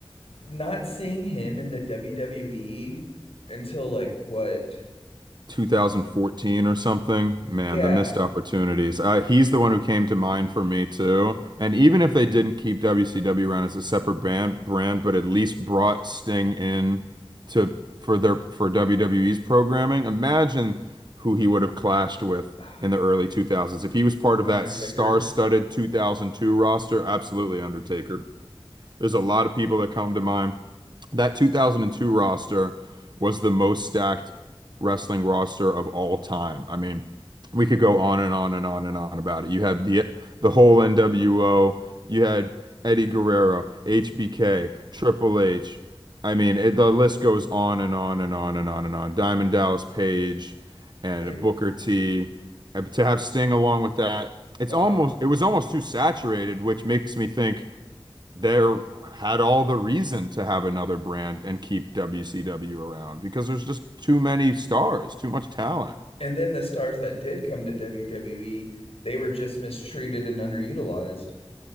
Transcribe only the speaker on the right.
2014 or something. Man,
the missed opportunities. Uh, he's the one who came to mind for me too. And even if they didn't keep WCW around as a separate brand, brand, but at least brought Sting in to for their for WWE's programming. Imagine who he would have clashed with
in the early 2000s if he was part of
that star-studded 2002 roster. Absolutely, Undertaker. There's a lot of people that come to mind. That 2002 roster was the most stacked wrestling roster of all time. I mean, we could go on and on and on and on about it. You had the the whole NWO, you had Eddie Guerrero, HBK, Triple H. I mean, it, the list goes on and on and on and on and on. Diamond Dallas Page and
Booker T. To have Sting along with that, it's
almost it was almost too saturated, which makes me think there had all the reason to have another brand and keep WCW around because there's just too many stars, too much talent.